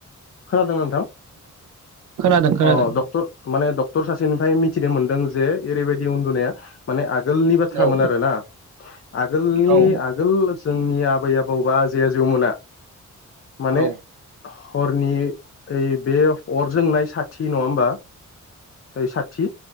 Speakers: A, on the left (about 45°); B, on the right (about 70°).
A: खोनादों ना नोंथां?
B: खोनादों खोनादों
A: अ डक्टर माने डक्टर सासे मोनदों जे ओरै बायदि उन्दुनाया आगोलनि बाथ्रामोन
B: औ
A: आरोना आगोलनि
B: औ
A: आगोल जोंनि आबै आबौ बाजै आजौमोना माने
B: औ
A: हरनि ओइ बे अर जोंनाय साथि नंङा होमबा ओै साथि